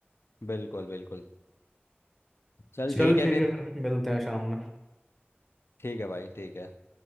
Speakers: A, on the left; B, in the centre.
A: बिल्कुल बिल्कुल चल
B: चल
A: ठीक है
B: ठीक
A: फिर
B: है फिर मिलते हैं शाम में
A: ठीक है भाई ठीक है